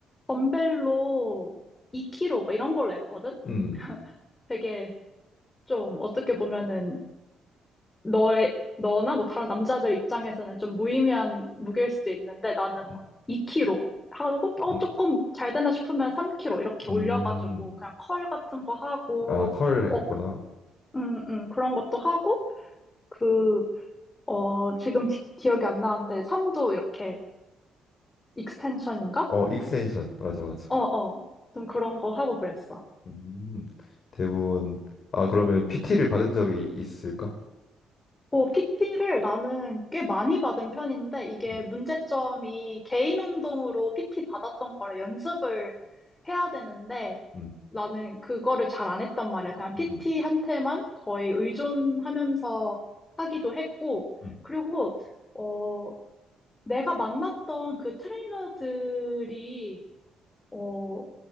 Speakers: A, on the left; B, on the left.
A: 덤벨로 2kg 막 이런 걸로 했거든?
B: 음,
A: <laughs> 되게 좀 어떻게 보면은 너의, 너나 뭐 다른 남자들 입장에서는 좀 무의미한 무게일 수도 있는데 나는
B: 음,
A: 막 2kg 하고 어,
B: 음.
A: 조금 잘 된다 싶으면 3kg 이렇게
B: 음.
A: 올려가지고 그냥 컬 같은 거 하고
B: 아, 컬
A: 어,
B: 했구나.
A: 음, 음, 그런 것도 하고 그, 어, 지금 기, 기억이 안 나는데 3도 이렇게 익스텐션인가?
B: 어, 익스텐션. 맞아, 맞아.
A: 어, 어. 좀 그런 거 하고 그랬어.
B: 음, 대부분. 아, 그러면 PT를 받은 적이 있을까?
A: 어, PT를 나는 꽤 많이 받은 편인데, 이게
B: 음,
A: 문제점이 개인 운동으로 PT 받았던 거를 연습을 해야 되는데,
B: 음,
A: 나는 그거를 잘 안 했단 말이야. 그냥 PT한테만
B: 음,
A: 거의 의존하면서 하기도 했고,
B: 음,
A: 그리고, 어, 내가 만났던 그 트레이너들이, 어,